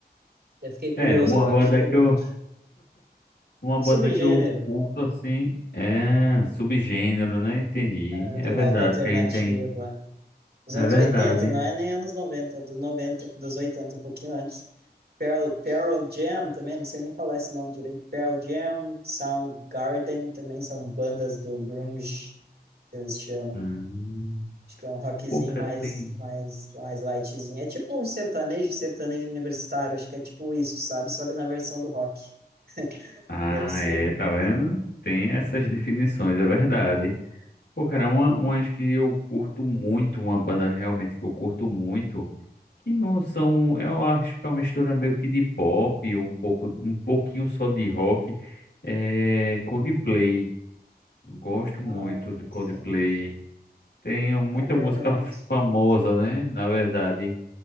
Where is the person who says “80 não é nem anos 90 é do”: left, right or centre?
Right